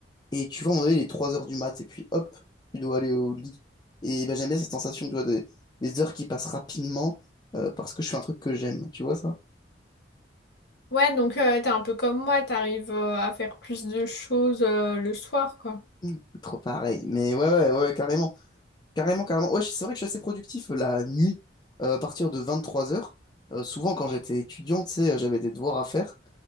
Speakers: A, on the left (about 25°); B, on the left (about 65°).
A: Et tu vois, à un moment donné, il est 3 heures du mat, et puis hop, tu dois aller au lit. Et ben, j'aime bien cette sensation, tu vois, de- des heures qui passent rapidement euh, parce que je fais un truc que j'aime, tu vois ça?
B: Ouais, donc euh, t'es un peu comme moi, t'arrives euh, à faire plus de choses euh, le soir, quoi.
A: Mm, Trop pareil. Mais ouais, ouais, ouais, carrément. Carrément, carrément. Ouais, je- c'est vrai que je suis assez productif euh, la nuit, euh, à partir de 23 heures. Euh, souvent, quand j'étais étudiant, tu sais, euh, j'avais des devoirs à faire.